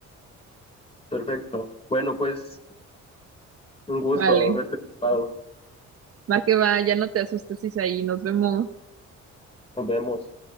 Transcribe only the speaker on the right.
Vale,
va que va, ya no te asustes, ahí. Nos vemos.